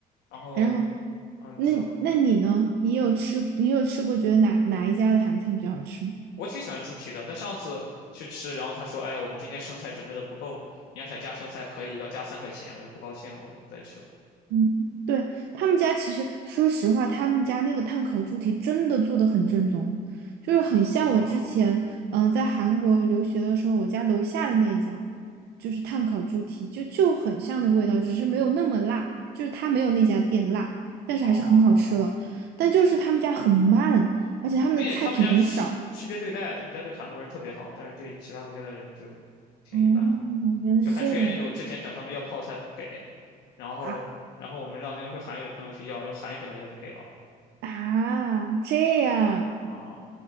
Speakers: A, on the left; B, on the right.
A: 然后
B: 然后，
A: 嗯，
B: 那那你呢？
A: 你说。
B: 你有吃你有吃过觉得哪哪一家的韩餐比较好吃吗？
A: 我挺喜欢猪蹄的，但上次去吃，然后他说：“哎，我们今天生菜准备的不够，你要想加生菜可以，要加三块钱。”我就不高兴了，我就不再去了。
B: 嗯，对，他们家其实，说实话，他们家那个碳烤猪蹄真的做的很正宗，就是很像我之前，
A: 是吗？
B: 嗯、呃在韩国留学的时候，我家楼下的那一家，就是碳烤猪蹄，就就很像那个味道，只是没有那么辣，就是它没有那家店辣，但是还是很好吃了。
A: 哦，
B: 但就是他们家很慢，而且他们的菜品很少。
A: 并且他们家区区别对待，他们家对韩国人特别好，但是对其他国家的人就挺一般的，
B: 哦，原来是这样
A: 就还出现那种之前找他们要泡菜不给，然后然后我们让那个会韩语的朋友去要，
B: 啊
A: 用韩语找他要就给了
B: 啊，这样，
A: 啊，